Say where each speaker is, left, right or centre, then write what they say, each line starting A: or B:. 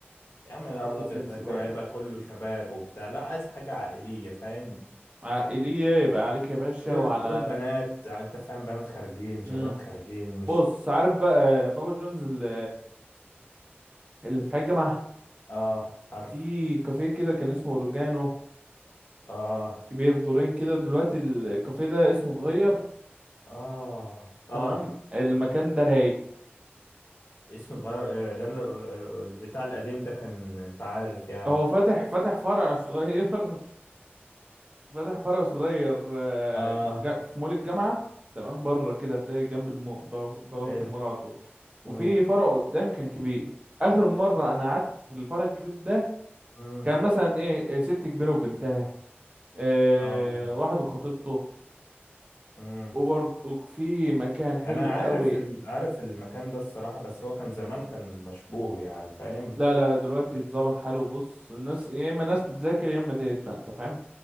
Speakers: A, on the left (about 85°); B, on the right (about 30°).
A: يا عم لا
B: الكوفي
A: الابيض
B: سنس
A: ده كله-
B: باينه
A: هيبقى كله شباب وبتاع لا عايز حاجه عائليه فاهم
B: عائليه يبقى عليك يا باشا
A: دول
B: وعلى
A: دول بنات انت فاهم بنات خارجين شباب
B: امم
A: خارجين مش
B: بص عارف بقى بابا جونز اللي, اللي في حي الجامعة
A: اه عارف
B: في كافيه كده كان اسمه اوريجانو
A: اه
B: كبير دورين كده دلوقتي الكافيه ده اسمه اتغير
A: اه اه
B: تمام المكان ده رايق
A: اسمه اتغير آه، لان ال- ال- البتاع القديم ده كان انت عارف يعني
B: هو فاتح فاتح فرع صغير <laughs> فاتح فرع صغير آه،
A: اه
B: ج- في مول الجامعة تمام بره كده هتلاقي جنب المول بواب- بوابة
A: حلو
B: المول على طول وفي
A: امم
B: فرع قدام كان كبير آخر مرة أنا قعدت في الفرع الكبير ده
A: امم
B: كان مثلا إيه ست كبيرة وبنتها آه،
A: اه والله
B: واحد وخطيبته
A: امم
B: وبرضه في مكان حلو
A: انا عارف
B: قوي
A: ال... عارف المكان ده الصراحة بس هو كان زمان كان مشبوه يعني فاهم
B: لا لا دلوقتي اتظبط حاله بص الناس يا اما ناس بتذاكر يا اما ديت بقى انت فاهم